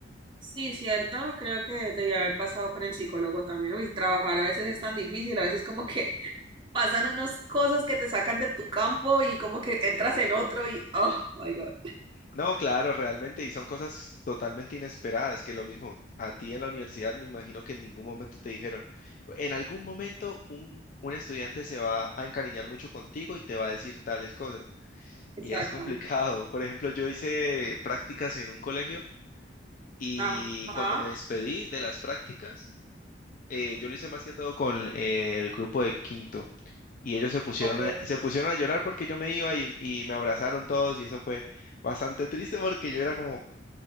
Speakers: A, on the right; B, on the left.
A: Sí, cierto, creo que debía haber pasado con el psicólogo también. Uy, trabajar a veces es tan difícil, a veces como que pasan unas cosas que te sacan de tu campo y como que entras en otro y, oh, my God.
B: No, claro, realmente, y son cosas totalmente inesperadas, que lo mismo, a ti en la universidad me imagino que en ningún momento te dijeron, en algún momento un, un estudiante se va a encariñar mucho contigo y te va a decir tales cosas.
A: Exacto.
B: Y es complicado. Por ejemplo, yo hice prácticas en un colegio Y
A: Ajá,
B: cuando me despedí de las prácticas, eh, yo lo hice más que todo con eh, el grupo de quinto. Y ellos se pusieron
A: ok.
B: a, se pusieron a llorar porque yo me iba y, y me abrazaron todos y eso fue bastante triste porque yo era como,